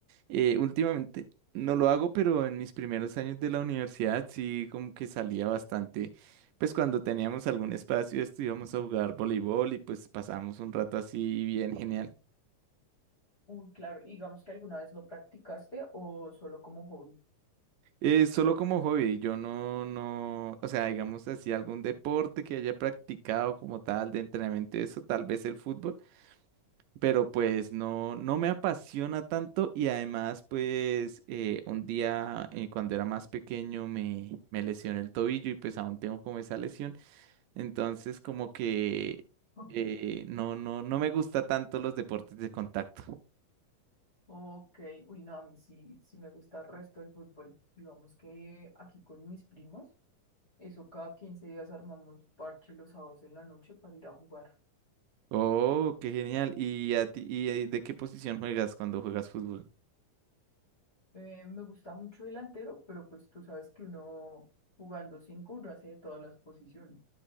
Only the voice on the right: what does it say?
Eh, últimamente no lo hago, pero en mis primeros años de la universidad sí como que salía bastante. Pues cuando teníamos algún espacio, estuvimos a jugar voleibol y pues pasábamos un rato así bien genial.
Eh, solo como hobby, yo no, no, o sea, digamos así, algún deporte que haya practicado como tal de entrenamiento, eso, tal vez el fútbol. pero pues no, no me apasiona tanto y además pues eh, un día eh, cuando era más pequeño me, me lesioné el tobillo y pues aún tengo como esa lesión, entonces como que
eh, no, no, no me gusta tanto los deportes de contacto.
Oh, qué genial. ¿Y a ti, y eh, de qué posición juegas cuando juegas fútbol?